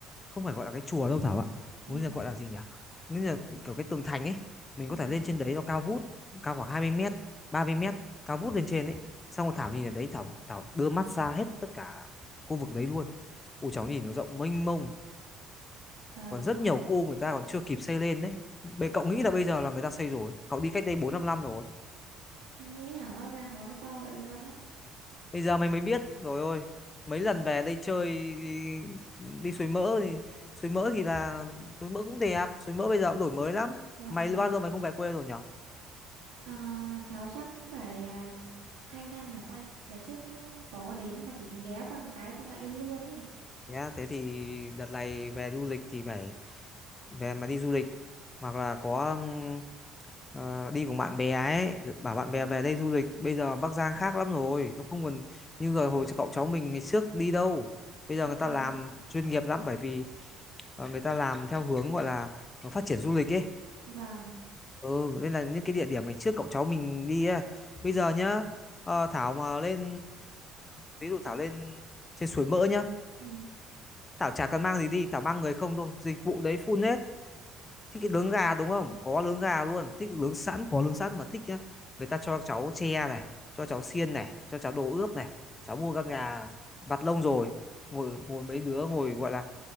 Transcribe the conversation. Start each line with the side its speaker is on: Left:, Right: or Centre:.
Left: không phải gọi là cái chùa đâu Thảo ạ
Right: Ừ.
Left: bây giờ gọi là gì nhỉ bây giờ kiểu cái tường thành ấy mình
Right: Vâng.
Left: có thể lên trên đấy nó cao vút cao khoảng hai mươi mét ba mươi mét cao vút lên trên ấy xong rồi Thảo nhìn ở đấy Thảo Thảo đưa mắt ra hết tất cả khu vực đấy luôn ui cháu nhìn nó rộng mênh mông
Right: Trời
Left: còn
Right: không
Left: rất nhiều khu người ta còn chưa kịp xây lên đấy Bệ cậu nghĩ là bây giờ là người ta xây rồi cậu đi cách đây bốn năm năm rồi
Right: không nghĩ là ở Bắc Giang có cái to vậy luôn ấy.
Left: bây giờ mày mới biết rồi ôi mấy lần về đây chơi đi, đi suối mỡ thì suối mỡ thì là suối mỡ cũng đẹp suối mỡ bây giờ cũng đổi mới lắm
Right: Vâng
Left: mày
Right: thì
Left: bao giờ mày không về quê rồi nhỉ
Right: À, cháu chắc cũng phải à, hai năm mà ta đợt trước cũng có đến mà chỉ ghé qua một cái xong lại đi luôn ý
Left: nhá thế thì đợt này về du lịch thì phải về mà đi du lịch hoặc là có ừm, ờ, đi cùng bạn bè ấy bảo bạn
Right: ừ,
Left: bè về đây du lịch bây giờ Bắc Giang khác lắm rồi nó không còn như rồi hồi cậu cháu mình ngày trước đi đâu bây giờ
Right: vậy
Left: người ta
Right: hả
Left: làm chuyên nghiệp lắm bởi vì ờ, người ta làm theo hướng gọi là ờ, phát triển du lịch ấy
Right: vâng
Left: ừ nên là những cái địa điểm ngày trước cậu cháu mình đi ấy, bây giờ nhá ờ, Thảo mà lên ví dụ Thảo lên trên suối Mỡ nhá
Right: ừ.
Left: Thảo chả cần mang gì đi Thảo mang người không thôi dịch vụ đấy full hết thích cái nướng gà đúng không có nướng gà luôn thích nướng sẵn có nướng sẵn mà thích nhá người ta cho cháu tre này cho cháu xiên này cho cháu đồ ướp này cháu mua con gà vặt lông rồi ngồi ngồi mấy đứa ngồi gọi là